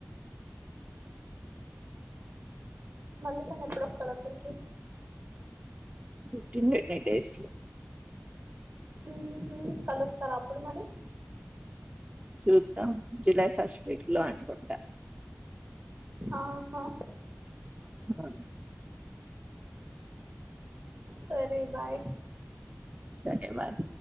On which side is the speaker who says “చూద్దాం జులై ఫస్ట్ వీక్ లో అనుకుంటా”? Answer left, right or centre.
Right